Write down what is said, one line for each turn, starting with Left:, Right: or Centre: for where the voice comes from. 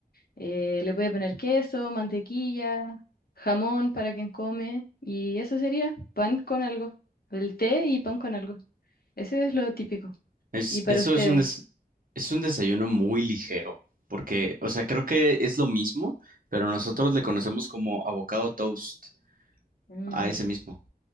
Left: eh, le puede poner queso, mantequilla, jamón para quien come. Y eso sería pan con algo. El té y pan con algo. Eso es lo típico.
Right: Es,
Left: ¿Y para
Right: eso
Left: ustedes?
Right: es un, des- es un desayuno muy ligero, porque, o sea, creo que es lo mismo, pero nosotros le conocemos como avocado toast
Left: Mm,
Right: a ese mismo.